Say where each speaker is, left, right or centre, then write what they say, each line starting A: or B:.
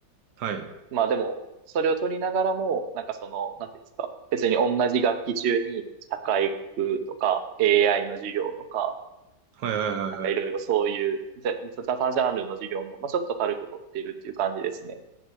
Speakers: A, on the right; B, on the right.
A: はい。
B: まあでも、それを取りながらも、なんかその、なんていうんですか、別に同じ学期中に社会学とか AI の授業とか、
A: はいはいはいはい。
B: なんかいろいろそういうざ雑多ジャンルの授業も、まあちょっと軽く取っているっていう感じですね。